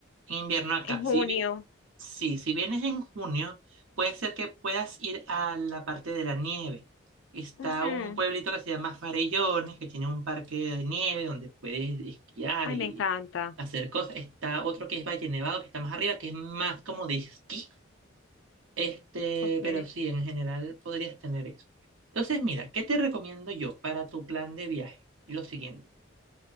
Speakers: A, on the right; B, on the left.
A: en invierno acá,
B: En junio.
A: sí, Sí, si vienes en junio, puede ser que puedas ir a la parte de la nieve. Está
B: Ujú.
A: un pueblito que se llama Farellones, que tiene un parque de nieve donde puedes esquiar
B: Ay,
A: y
B: me encanta.
A: hacer cosas. Está otro que es Valle Nevado, que está más arriba, que es más como de esquí. Este,
B: Ok,
A: pero sí, en general podrías tener eso. Entonces, mira, ¿qué te recomiendo yo para tu plan de viaje? Lo siguiente,